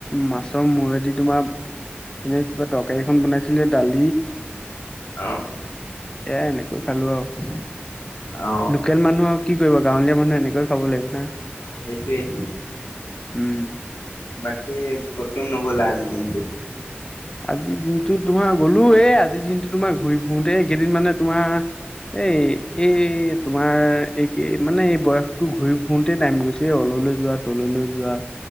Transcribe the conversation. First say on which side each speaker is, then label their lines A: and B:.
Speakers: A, on the left (about 20°); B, on the left (about 85°).
A: মাছৰ মূৰেদি তোমাৰ এনে কিবা তৰকাৰীখন বনাইছিলে দালি
B: অঁ
A: সেয়াই এনেকৈ খালো আৰু
B: অ
A: লোকেল মানুহ আৰু কি কৰিব গাঁৱলীয়া মানুহে এনেকৈ খাব লাগিব না
B: সেইটোৱে সেই
A: উম
B: আজি কটো নগ'লা আজি দিনটো
A: আজি দিনটো তোমাৰ গলো এ আজিৰ দিনটো তোমাৰ ঘূৰি ফুুৰোতে এই কেইদিন মানে তোমাৰ এ এই তোমাৰ এই কি মানে এই বয়সতটো ঘূৰি ঘুৰতে টাইম গৈছিল এ অললৈ যোৱা তললৈ যোৱা